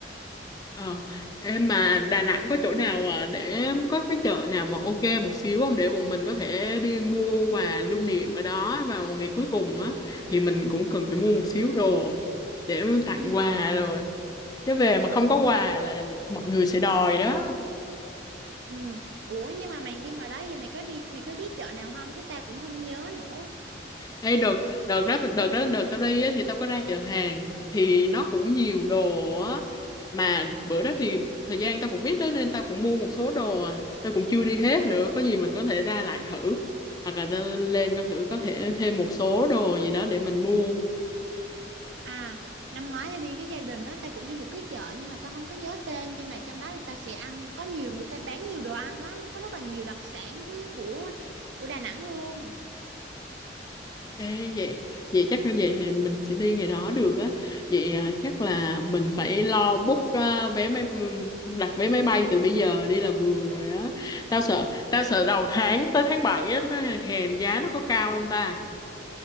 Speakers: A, on the left; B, on the right.
A: Ờ, em mà Đà Nẵng có chỗ nào mà để có cái chợ nào mà ok một xíu không để bọn mình có thể đi mua quà lưu niệm ở đó vào ngày cuối cùng á thì mình cũng cần phải mua một xíu đồ để tặng
B: Ừ.
A: quà rồi chứ về mà không có quà là mọi người sẽ đòi đó
B: Ừ. Ủa nhưng mà mày đi ngoài đó thì mày có đi mày có biết chợ nào không chứ tao cũng không nhớ nữa.
A: Ê, đợt đợt đó đợt đó đợt tao đi á, thì tao có ra chợ hàng thì nó cũng nhiều đồ á mà bữa đó thì thời gian tao cũng ít đó nên tao cũng mua một số đồ à. tao cũng chưa đi hết nữa có gì mình có thể ra lại thử hoặc là tao lên coi thử có thể thêm một số đồ gì đó để mình mua
B: À, năm ngoái tao đi với gia đình đó, tao cũng đi một cái chợ nhưng mà tao không có nhớ tên nhưng mà trong đó thì tao sẽ ăn có nhiều người ta bán nhiều đồ ăn lắm, có rất là nhiều đặc sản của của Đà Nẵng luôn.
A: Ê, vậy vậy chắc như vậy thì mình sẽ đi ngày đó được á vậy à, chắc là mình phải lo book à, vé máy đặt vé máy bay từ bây giờ đi là vừa rồi á tao sợ tao sợ đầu tháng tới tháng 7 á tới hèn giá nó có cao không ta